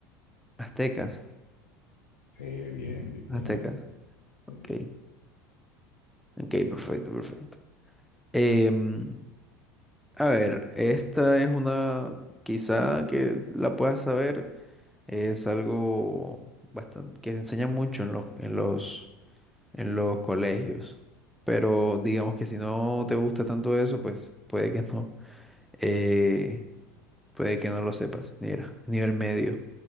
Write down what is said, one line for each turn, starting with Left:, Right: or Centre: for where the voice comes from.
Centre: Aztecas,
Left: Sí, bien, bien, bien
Centre: aztecas.
Left: ahí. bien
Centre: Ok,
Left: ahí, bien.
Centre: ok, perfecto, perfecto. Em, A ver, esta es una quizá que la puedas saber, es algo bastante que se enseña mucho en los en los en los colegios, pero digamos que si no te gusta tanto eso, pues puede que no eh, puede que no lo sepas. Mira, nivel medio.